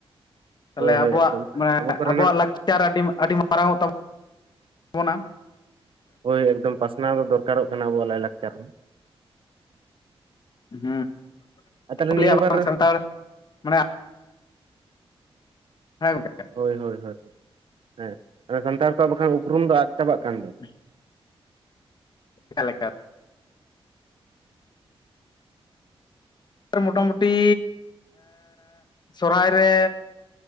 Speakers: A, on the left; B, on the right.
A: ᱛᱟᱦᱚᱞᱮ
B: ᱦᱳᱭ ᱦᱳᱭ
A: ᱟᱵᱚᱣᱟᱜ
B: ᱮᱠᱫᱚᱢ
A: ᱢᱟᱱᱮ
B: ᱟᱵᱚ ᱠᱚᱨᱮᱱᱟᱜ
A: ᱟᱵᱚᱣᱟᱜ ᱞᱟᱠᱪᱟᱨ ᱞᱟᱠᱟᱨ ᱟᱹᱰᱤ ᱟᱹᱰᱤ ᱢᱟᱨᱟᱝᱚᱜ ᱛᱟᱵᱚ ᱛᱵᱚᱱᱟ
B: ᱳᱭ ᱮᱠᱫᱚᱢ ᱯᱟᱥᱱᱟᱣ ᱫᱚ ᱫᱚᱨᱠᱟᱨᱚᱜ ᱠᱟᱱᱟ ᱟᱵᱚᱣᱟᱜ ᱞᱟᱭᱞᱟᱠᱪᱟᱨ ᱦᱚᱸ
A: ᱦ
B: ᱟᱨ ᱛᱟᱦᱚᱞᱮ ᱱᱤᱭᱟᱹ
A: ᱞᱟᱹᱭᱟ ᱵᱟᱝ
B: ᱵᱟᱨ
A: ᱥᱟᱱᱛᱟᱲ ᱢᱟᱱᱮ ᱦᱮᱸᱮ
B: ᱦᱳᱭ ᱦᱳᱭ ᱦᱭ ᱦᱮᱸ ᱥᱟᱱᱛᱟᱲ ᱠᱚᱣᱟᱜ ᱵᱟᱠᱷᱟᱱ ᱩᱯᱨᱩᱢ ᱫᱚ ᱟᱫ ᱪᱟᱵᱟᱜ ᱠᱟᱱ ᱫᱚ
A: ᱦ ᱠᱟᱞᱮᱴ ᱢᱚᱴ ᱢᱩᱩᱴᱤ ᱥᱚᱨᱦᱟᱭ ᱨᱮ